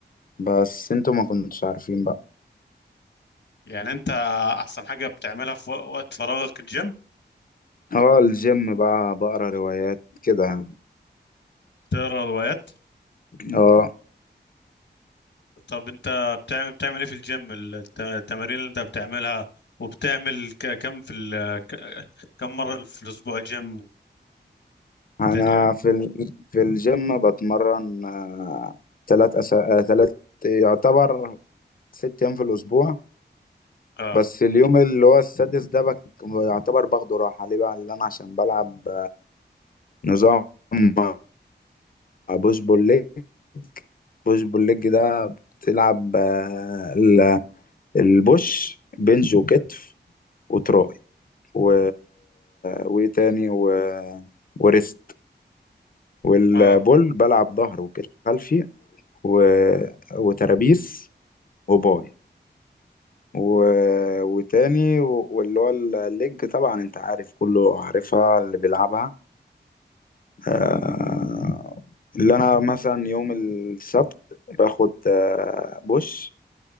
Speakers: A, on the left (about 50°); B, on the left (about 75°).
A: بس انتوا ما كنتش عارفين بقى
B: يعني انت احسن حاجة بتعملها في وق- وقت فراغك الجيم
A: اه الجيم بقى بقرا روايات كده يعني.
B: تقرا روايات
A: اه
B: طب انت بتعمل بتعمل ايه في الجيم ال- الت- التمارين اللي انت بتعملها وبتعمل ك- كم في ال... ك- كم مرة في الاسبوع الجيم
A: انا
B: والدنيا يعني
A: في ال... في الجيم بتمرن آه تلات أس... آه تلات يعتبر ست ايام في الاسبوع
B: اه
A: بس اليوم اللي هو السادس ده بك... يعتبر باخده راحة ليه بقى اللي انا عشان بلعب نظام مع بوش بول ليج بوش بول ليج ده بتلعب آه، ال- البوش بنج وكتف وتراي و... وايه تاني و... وريست والبول
B: اه
A: بلعب ظهر وكتف خلفي و... وترابيس وباي و... وتاني و... واللي هو الليج طبعا انت عارف كله عارفها اللي بيلعبها آه، اللي انا مثلا يوم السبت باخد آه، بوش